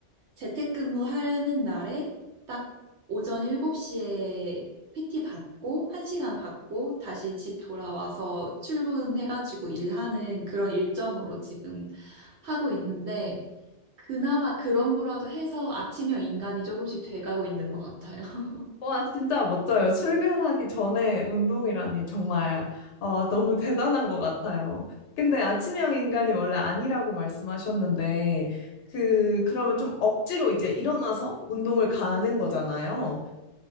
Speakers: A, on the right; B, on the left.
A: 재택근무 하는 날에 딱 오전 7시에 PT 받고, 1시간 받고, 다시 집 돌아와서 출근해가지고 일하는 그런 일정으로 지금 하고 있는데, 그나마 그런 거라도 해서 아침형 인간이 조금씩 돼가고 있는 것 같아요. <laughs>
B: 와, 진짜 멋져요. 출근하기 전에 운동이라니 정말 어, 너무 대단한 것 같아요. 근데 아침형 인간이 원래 아니라고 말씀하셨는데, 그, 그러면 좀 억지로 이제 일어나서 운동을 가는 거잖아요.